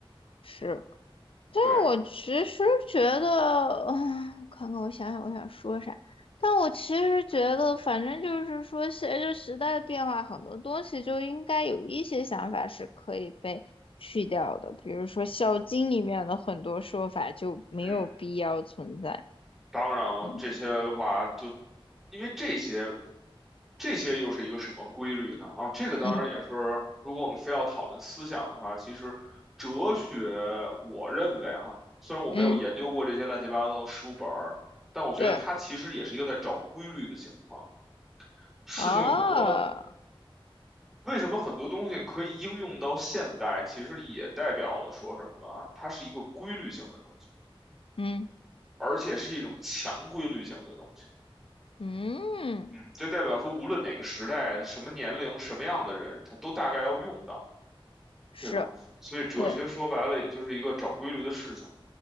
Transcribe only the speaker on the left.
是。但我其实觉得，
<sighs> 看看我想想我想说啥。但我其实觉得，反正就是说，随着时代的变化，很多东西就应该有一些想法是可以被去掉的。比如说《孝经》里面的很多说法就没有必要存在。
嗯
嗯
嗯，
对，
啊，
嗯
嗯，
是。
对，